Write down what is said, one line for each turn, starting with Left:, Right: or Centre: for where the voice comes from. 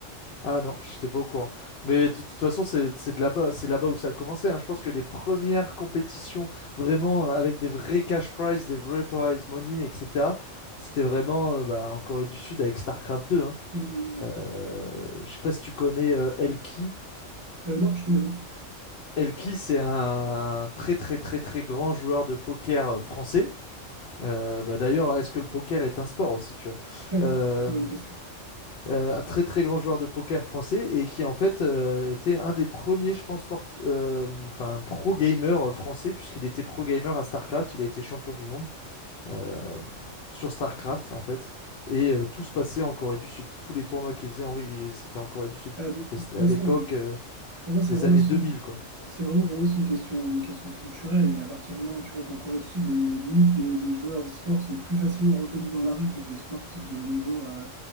Left: Ah non, je n'étais pas au courant. Mais de, toute façon, c'est, c'est de là-bas, c'est là-bas où ça a commencé. hein. Je pense que les premières compétitions, vraiment, avec des vrais cash prizes, des vrais prize money, etc., c'était vraiment euh, bah, en Corée du Sud avec StarCraft deux. hein.
Right: Mm, mm, mm.
Left: Euh, je sais pas si tu connais euh, Elki.
Right: Euh, non, je connais pas du tout.
Left: Elki, c'est un très très très très grand joueur de poker euh, français. Euh, bah, d'ailleurs, est-ce que le poker est un sport aussi, tu vois?
Right: <laughs>
Left: Euh,
Right: Très bonne question.
Left: euh, un très très grand joueur de poker français et qui en fait euh, était un des premiers, je pense, sport- euh, enfin pro gamer euh, français puisqu'il était pro gamer à StarCraft, il a été champion du monde euh, sur StarCraft en fait et euh, tout se passait en Corée du Sud, tous les tournois qu'il faisait, en... oui, c'était en Corée du Sud.
Right: Ah, de, de toute
Left: Et c'était
Right: façon,
Left: à l'époque. euh,
Right: Pour moi, c'est
Left: Des
Right: vraiment,
Left: années
Right: aussi
Left: 2000,
Right: une-
Left: quoi.
Right: c'est vraiment pour moi, c'est une question, une question culturelle. Et à partir du moment où tu vois qu'en Corée du Sud, les limites, les, les joueurs d'e-sport sont plus facilement reconnus dans la rue que des sportifs de haut niveau euh,